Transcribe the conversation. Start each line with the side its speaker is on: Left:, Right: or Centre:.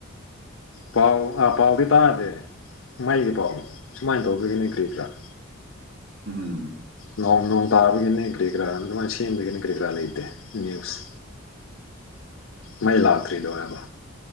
Left: ꯄꯥꯎ ꯍꯥ ꯄꯥꯎꯗꯤ ꯇꯥꯗꯦ ꯃꯩꯒꯤ ꯄꯥꯎ ꯁꯨꯃꯥꯏꯅ ꯇꯧꯒꯅꯤ ꯀ꯭ꯔꯤ ꯀꯔꯥ
Right: ꯍꯨꯝ ꯍꯨꯝ
Left: ꯅꯣꯡ ꯅꯣꯡ ꯇꯥꯕꯒꯤꯅꯦ ꯀꯔꯤ ꯀꯔꯥ ꯑꯗꯨꯃꯥꯏꯅ ꯁꯦꯝꯕꯒꯦꯅꯦ ꯀꯔꯤ ꯀꯔꯥ ꯂꯩꯇꯦ ꯅ꯭ꯌꯨꯁ
Right: <inaudible>
Left: ꯃꯥꯏ ꯂꯥꯛꯇ꯭ꯔꯤꯗꯣ ꯍꯥꯏꯕ